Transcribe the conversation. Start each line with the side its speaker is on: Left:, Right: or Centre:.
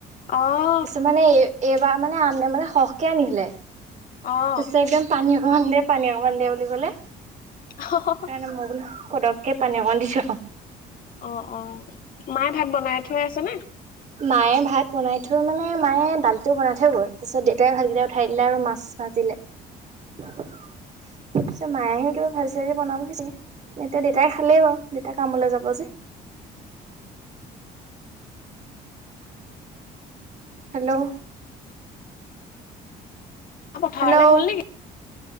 Left: অ',
Right: তাৰপিছত মানে এই এইবাৰ মানে আনলে মানে সহকে আনিলে।
Left: অ
Right: পিছে একদম, পানী অকমান দে, পানী অকণমান দে বুলি ক'লে।
Left: অ <unintelligible>
Right: কাৰণে মই বোলো পতককে পানী অকণ দিছো আকৌ।
Left: অ, অ, মাই ভাত বনাই, থৈ আছে নে?
Right: মায়ে ভাত বনাই থৈ মানে মায়ে দালিটো বনাই থৈ গ'ল, তাৰপিছত দেউতাই ভাতকেইটা উঠাই দিলে আৰু মাছ ভাজিলে। তাৰ পিছত মায়ে কিবা ভাজি চাজি বনাবহি এতিয়া দেউতাই খালেই বাৰু দেউতা কামলে যাব যে। হেল্ল',
Left: মা পথাৰলৈ
Right: হেল্ল'
Left: গ'ল নেকি?